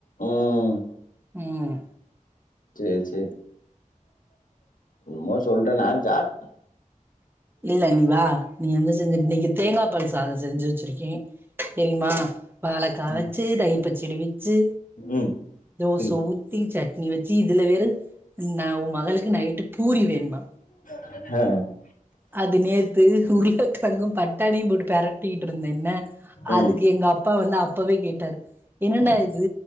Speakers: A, on the left; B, on the right.
A: ம்
B: ம்
A: சேர் சேரி சும்மா சொல்றே நான் சாப்டே
B: இல்ல நீ வா நீ என்ன செஞ்சு இன்னிக்கு தேங்கா பால் சாதம் செஞ்சு வெச்சுருக்கே தெரிமா வாழக்கா
A: ம்
B: வெச்சு தயிர்ப்பச்சடி வெச்சு
A: ம்
B: தோச
A: புரி
B: ஊத்தி சட்னி வெச்சு இதுல வேறு நா உ மகளுக்கு நைட்டு பூரி வேணுமா
A: அ
B: அது நேத்து உருளக்கெழங்கு பட்டாணியும் போட்டு பெரட்டிட்டு இருந்தேன்ன
A: ம்
B: அதுக்கு எங்க அப்பா வந்து அப்பவே கேட்டாரு என்னெடா
A: ம்
B: இது